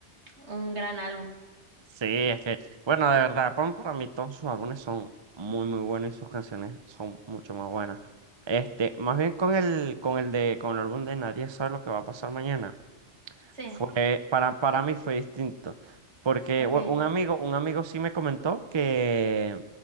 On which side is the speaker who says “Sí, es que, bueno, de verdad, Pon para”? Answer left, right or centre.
Right